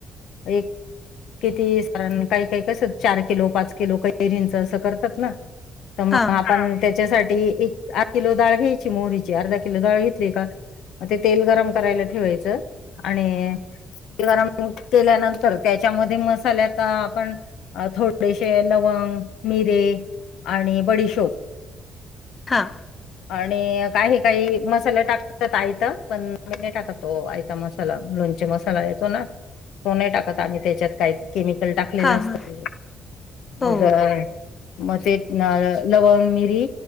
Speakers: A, on the left; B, on the left.
A: एक किती साारण काही काही कसं चार किलो पाच किलो कैरींचं असं करतात ना तर मग
B: हा
A: आपण त्याच्यासाठी ते एक अर्धा किलोडाळ घ्यायची मोहरीची अर्धा किलोडाळ घेतली का मग ते तेल गरम करायला ठेवायचं आणि गरम केल्यानंतर त्याच्यामध्ये मसाल्यात आपण थोडेसे लवंग, मिरे आणि बडिशोप
B: हा
A: आणि काही काही मसाला टाकतात आयता पण मी नाही टाकत आयता मसाला लोणचे मसाला तो न तो नाही टाकत आम्ही त्याच्यात काही केमिकल टाकलेलं
B: हा
A: असतं
B: हा हो
A: मग मग ते लवंग मिरी